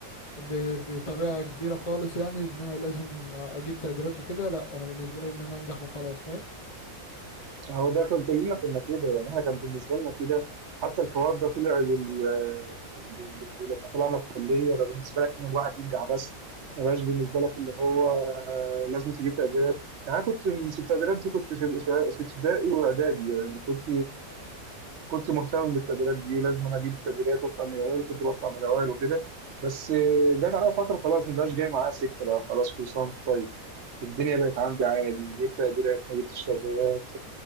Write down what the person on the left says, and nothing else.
ب- بطريقه كبيره خالص يعني ان انا لازم اجيب تقديرات وكده لا انا بالنسبه لي ان انا انجح وخلاص فاهم